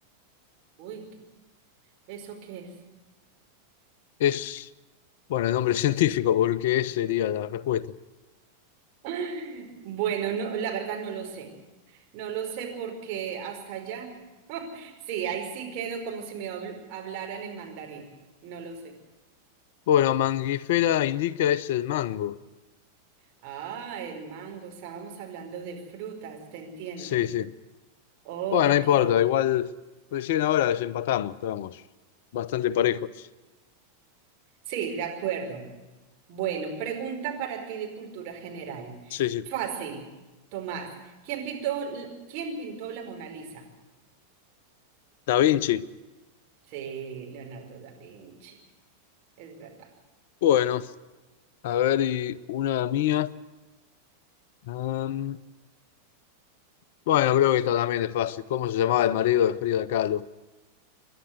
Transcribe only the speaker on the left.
Es, bueno, el nombre <laughs> científico, porque esa sería la respuesta.
Bueno, Mangifera indica es el mango.
Sí, sí.
Bueno, no importa,
igual recién ahora desempatamos, estábamos bastante parejos.
Sí, sí.
Da Vinci.
Bueno, a ver, y una mía. Am, bueno, creo que esta también es fácil. ¿Cómo se llamaba el marido de Frida Kahlo?